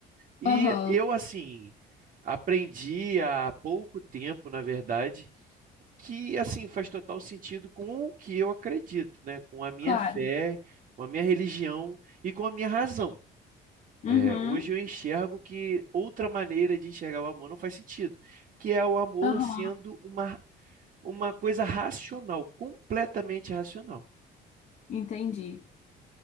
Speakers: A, on the right; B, on the left.
A: E
B: Aham,
A: eu, assim, aprendi há pouco tempo, na verdade, que, assim, faz total sentido com o que eu acredito, né? Com a minha
B: claro.
A: fé, com a minha religião e com a minha razão. É,
B: Uhum,
A: hoje eu enxergo que outra maneira de enxergar o amor não faz sentido, que é o amor
B: aham,
A: sendo uma, uma coisa racional, completamente racional.
B: entendi.